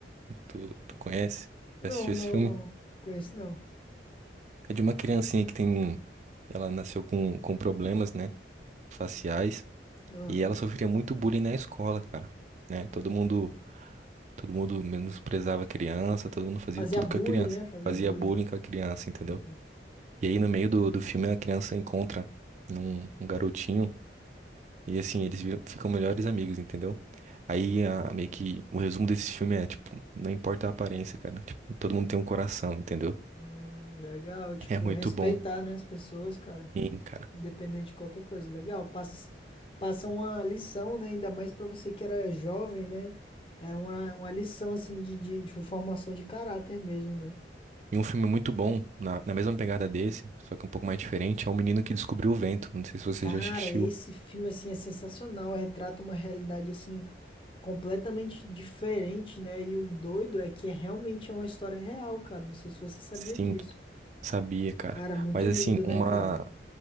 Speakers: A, on the right; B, on the left.
A: Tu, tu conhece?
B: Não,
A: Já assistiu
B: não,
A: esse filme?
B: não. Conheço não.
A: É de uma criancinha que tem. Ela nasceu com, com problemas, né? faciais
B: Ah,
A: e ela sofria muito bullying na escola, cara, né? Todo mundo, todo mundo menosprezava a criança, todo mundo fazia
B: fazia
A: tudo
B: bullying,
A: com a criança,
B: né? Fazia
A: fazia
B: bullying.
A: bullying com a criança, entendeu?
B: Hum.
A: E aí no meio do, do filme a criança encontra um, um garotinho e assim eles viram- ficam melhores amigos, entendeu? Aí a- meio que o resumo desse filme é tipo, não importa a aparência, cara, tipo, todo mundo tem um coração, entendeu?
B: Hum, legal, tipo,
A: É muito
B: respeitar,
A: bom.
B: né, as pessoas, cara,
A: Sim, cara.
B: independente de qualquer coisa, legal, passa, passa uma lição, né, ainda mais pra você que era jovem, né, era uma, uma lição, assim, de, de, de formação de caráter mesmo, né.
A: E um filme muito bom, na, na mesma pegada desse, só que um pouco mais diferente, é O Menino que Descobriu o Vento. Não sei se você
B: Cara,
A: já assistiu.
B: esse filme, assim, é sensacional, retrata uma realidade, assim, completamente diferente, né, e o doido é que é realmente é uma história real, cara, não sei se você sabia
A: Sim,
B: disso.
A: sabia, cara.
B: Cara, muito
A: Mas
B: lindo,
A: assim,
B: né,
A: uma,
B: cara?